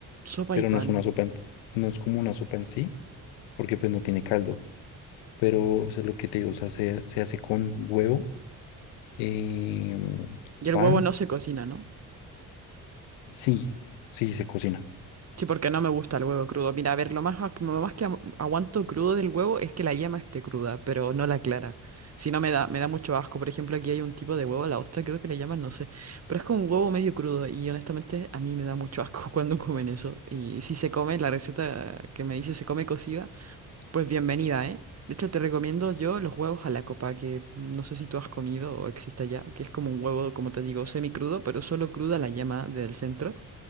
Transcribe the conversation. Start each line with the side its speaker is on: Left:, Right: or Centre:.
Right: Sopa
Left: pero
Right: y pan.
Left: no es una sopa, en- no es como una sopa en sí, porque pues no tiene caldo. Pero, o sea, lo que te digo, o sea, se, se hace con huevo, eh,
Right: Y el
Left: pan,
Right: huevo no se cocina, ¿no?
Left: sí, sí, se cocina.
Right: Sí, porque no me gusta el huevo crudo. Mira, a ver, lo más, ac- lo más que agu- aguanto crudo del huevo es que la yema esté cruda, pero no la clara. Si no, me da, me da mucho asco. Por ejemplo, aquí hay un tipo de huevo, la ostra creo que le llaman, no sé. Pero es como un huevo medio crudo y honestamente a mí me da mucho asco <laughs> cuando comen eso. Y si se come, la receta que me dice se come cocida. Pues bienvenida, ¿eh? De hecho, te recomiendo yo los huevos a la copa, que no sé si tú has comido o existe ya, que es como un huevo, como te digo, semicrudo, pero solo cruda la yema del centro.